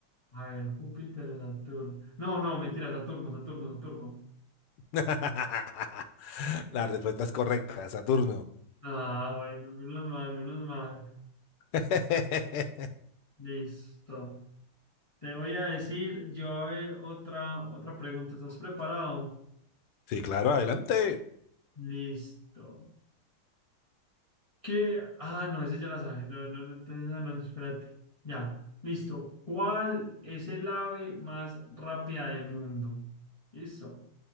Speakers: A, on the left (about 20°); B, on the left (about 85°).
A: A ver, Júpiter o Saturno. No, no, mentira, Saturno, Saturno, Saturno.
B: <laughs> La respuesta es correcta, Saturno.
A: Ah, bueno, menos mal, menos mal.
B: <laughs>
A: Listo. Te voy a decir, yo a ver, otra, otra pregunta. ¿Estás preparado?
B: Sí, claro, adelante.
A: Listo. ¿Qué? Ah, no, ese ya la sabes. No, no, no, entonces, no, no, espérate. Ya, listo. ¿Cuál es el ave más rápida del mundo? Listo.